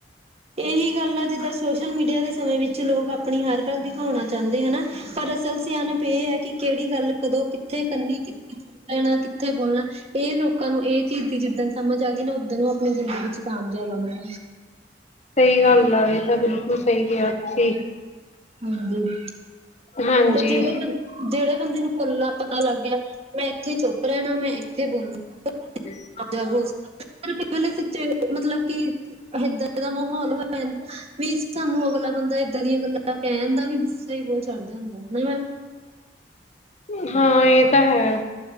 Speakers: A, on the right (about 35°); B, on the left (about 40°).
A: ਇਹੀ ਗੱਲ ਆ ਜਿੱਦਾਂ ਸੋਸ਼ਲ ਮੀਡੀਆ ਦੇ ਸਮੇਂ ਵਿੱਚ ਲੋਕ ਆਪਣੀ ਹਰ ਗੱਲ ਦਿਖਾਉਣਾ ਚਾਹੁੰਦੇ ਹਨਾ ਪਰ ਅਸਲ ਸਿਆਨਪ ਇਹ ਹੈ ਕਿ ਕਿਹੜੀ ਗੱਲ ਕਦੋਂ ਕਿੱਥੇ ਕਰਨੀ ਕਿੱਥੇ ਚੁੱਪ ਰੈਣਾ ਕਿੱਥੇ ਬੋਲਣਾ ਇਹ ਲੋਕਾਂ ਨੂੰ ਇਹ ਚੀਜ਼ ਦੀ ਜਿੱਦਣ ਸਮਝ ਆ ਗਈ ਨਾ ਉੱਦਣ ਆਪਣੀ ਜ਼ਿੰਦਗੀ ਚ ਕਾਮ ਜਾ ਮੈ।
B: ਸਹੀ ਗੱਲ ਆ ਇਹ ਬਿਲਕੁਲ ਸਹੀ ਕਿਹਾ ਤੁਸੀਂ
A: ਹਾਂਜੀ
B: ਹਾਂਜੀ
A: ਤੇ ਜਿਹੜੇ ਜਿਹੜੇ ਬੰਦੇ ਨੂੰ ਭੁੱਲਲਾ ਪਤਾ ਲੱਗ ਗਿਆ ਮੈਂ ਇੱਥੇ ਚੁੱਪ ਰਹਿਣਾ ਮੈਂ ਇੱਥੇ ਬੋਲਣਾ
B: <inaudible>
A: ਬ ਮਤਲਬ ਕਿ ਹਿੱਦਾਂ ਦਾ ਮਾਹੌਲ ਹੋ ਪੈਦਾ ਵੀ ਸਾਨੂੰ ਅਗਲਾ ਬੰਦਾ ਏਦਾਂ ਦੀਆਂ ਗੱਲਾਂ ਕਹਿਣ ਦਾ ਵੀ ਗੁੱਸਾ ਹੀ ਬਹੁਤ ਚੜ ਜਾਂਦਾ ਹਨਾ ਮੈ
B: ਹਾਂ ਹਾਂ ਇਹ ਤਾਂ ਹੈ